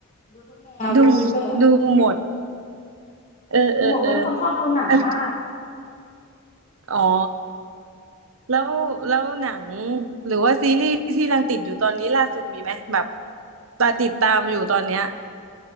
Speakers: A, on the left; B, on the right.
A: ดูทุกแนวดูทุกแบบ
B: ดูดูหมดเออเออเออ
A: ดูหมดเพราะเป็นคนชอบดูหนังมาก
B: แต่อ๋อแล้วแล้วหนังหรือว่าซีรีส์ที่กำลังติดอยู่ตอนนี้ล่าสุดมีไหมแบบตาติดตามอยู่ตอนเนี้ย